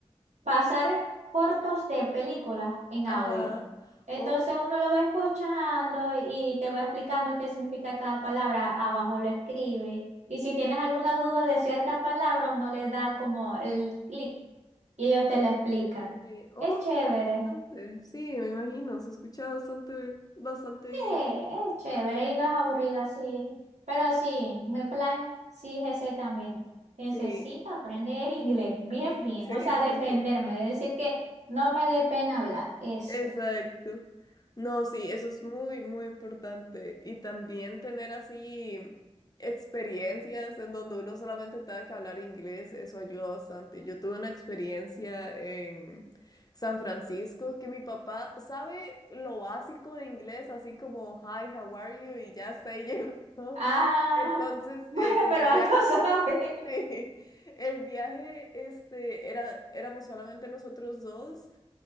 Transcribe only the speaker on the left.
ajá.
Oh.
Sí. Oh,
qué interesante. Sí, me imagino, se escucha bastante, bastante
bien.
Sí,
<laughs>
sí.
Exacto. No, sí, eso es muy, muy importante. Y también tener así experiencias en donde uno solamente tenga que hablar inglés, eso ayuda bastante. Yo tuve una experiencia en San Francisco que mi papá sabe lo básico de inglés, así como hi, how are you, y ya está ahí llegó. <laughs>
Entonces,
eh, como
el
viaje,
<laughs> sí, el viaje, este, era, éramos solamente nosotros dos.